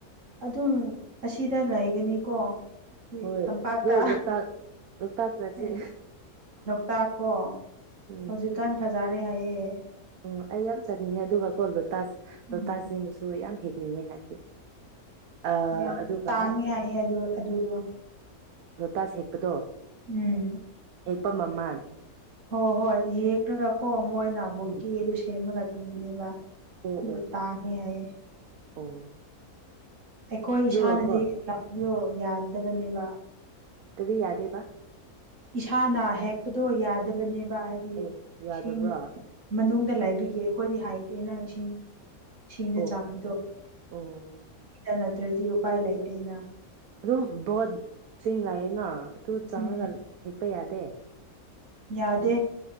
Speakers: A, on the right; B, on the right.
A: ꯑꯗꯨꯝ ꯑꯁꯤꯗ ꯂꯩꯒꯅꯤꯀꯣ ꯁꯤ
B: ꯍꯣꯏ
A: ꯇꯝꯄꯥꯛꯇ
B: ꯑꯗꯣ ꯂꯣꯛꯇꯥꯛ ꯂꯣꯛꯇꯥꯛ ꯆꯠꯁꯦ
A: ꯍꯥꯏꯗꯤ ꯂꯣꯛꯇꯥꯛ ꯀꯣ
B: ꯎꯝ
A: ꯍꯧꯖꯤꯛꯀꯥꯟ ꯐꯖꯔꯦ ꯍꯥꯏꯌꯦꯦ
B: ꯎꯝ ꯑꯩ ꯌꯥꯝ ꯆꯥꯅꯤꯡꯉꯦ ꯑꯗꯨꯒ ꯀꯣ ꯂꯣꯇꯥꯁ ꯂꯣꯇꯥꯖꯁꯤꯡꯕꯨꯁꯨ
A: ꯎꯝ
B: ꯌꯥꯝ ꯍꯦꯛꯅꯤꯡꯉꯦ ꯍꯥꯏꯕꯗꯤ ꯑ
A: ꯌꯥꯝ
B: ꯑꯗꯨꯒ
A: ꯇꯥꯡꯉꯤ ꯍꯥꯏꯅꯦ ꯑꯗꯨ ꯑꯗꯨꯗ
B: ꯂꯣꯇꯥꯁ ꯍꯦꯛꯄꯗꯣ
A: ꯎꯝ
B: ꯑꯦꯛꯄꯥ ꯃꯃꯜ
A: ꯍꯣꯏ ꯍꯣꯏ ꯌꯦꯛꯂꯒ ꯀꯣ ꯃꯣꯏꯅꯕꯨꯛꯀꯤ
B: ꯎꯝ
A: ꯑꯗꯨ ꯁꯦꯝꯃꯒ ꯄꯤꯕꯅꯦꯕ
B: ꯑꯣ ꯑꯣ
A: ꯇꯥꯡꯉ ꯍꯥꯏ
B: ꯑꯣ
A: ꯑꯩꯈꯣꯏ
B: ꯑꯗꯨꯒꯀꯣ
A: ꯏꯁꯥꯅꯗꯤ ꯂꯥꯛꯕꯗꯣ ꯌꯥꯗꯕꯅꯦꯕ
B: ꯀꯕꯤ ꯌꯥꯗꯦꯕ
A: ꯏꯁꯥꯅ ꯍꯦꯛꯄꯗꯣ ꯌꯥꯗꯕꯅꯦꯕ ꯍꯥꯏꯗꯤ
B: ꯑꯣ ꯌꯥꯗꯕ꯭ꯔꯣ
A: ꯏꯁꯤꯡ ꯃꯅꯨꯡ ꯗ ꯂꯥꯏꯕꯤꯒ ꯑꯩꯈꯣꯏꯗꯤ ꯍꯥꯏꯗꯦꯅꯪ ꯏꯁꯤꯡ ꯏꯁꯤꯡꯅ
B: ꯑꯣ
A: ꯆꯥꯕꯗꯣꯇ
B: ꯑꯣ
A: ꯅꯠꯇ꯭ꯔꯗꯤ ꯎꯄꯥꯏ ꯂꯩꯇꯦꯅ
B: ꯑꯗꯨꯝ ꯕꯣꯠꯁꯤꯡ ꯂꯥꯛꯑꯩꯅ ꯑꯗꯨ
A: ꯎꯝ
B: ꯆꯪꯉꯒ ꯍꯦꯛꯄ ꯌꯥꯗꯦ
A: ꯌꯥꯗꯦ